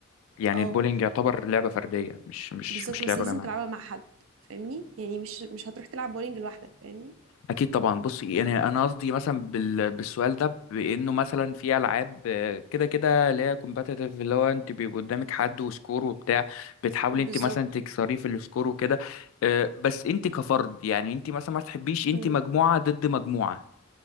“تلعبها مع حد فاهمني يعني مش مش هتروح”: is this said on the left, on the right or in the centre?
Right